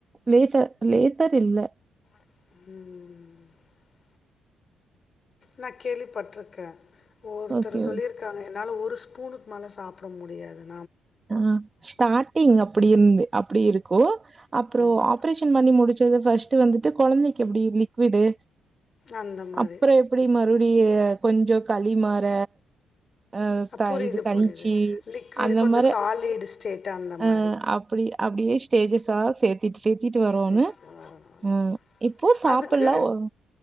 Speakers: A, on the right; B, on the left.
A: லேசர் லேசர் இல்ல
B: ம் ம் நா கேள்விப்பட்ருக்கே ஒருத்தர்
A: ஓகே.
B: சொல்லியிருக்காங்க என் என்னால ஒரு ஸ்பூனுக்கு மேல சாப்ட முடியாதுங்
A: ஆ ஸ்டார்டிங் அப்டி இர்ந்து அப்டி இருக்கோ அப்றோ
B: ஓ!
A: ஆப்ரேஷன் பண்ணி முடிச்சு ந்தது ஃபர்ஸ்ட் வந்துட்டு கொழந்தைக்கு அப்டி இருந் விடு
B: அந்த மாரி.
A: அப்றோ எப்டி மறுபடியு கொஞ்சோ களி மாற அ த
B: புரியுது,
A: இது கஞ்சி
B: புரியுது. ம். லிக்விடு
A: அந்த
B: கொஞ்சம்
A: மாற
B: சாலிட் ஸ்டேட் அந்த
A: அ
B: மாரி.
A: அப்டி அப்டியே ஸ்டேஜஸா சேத்திட்டு சேத்திட்டு வரோன்னு
B: சரி, சரி. ஆமா. வரேன், வரேன்.
A: ம் இப்போ சாப்புல்லா
B: அதுக்கு
A: ஓ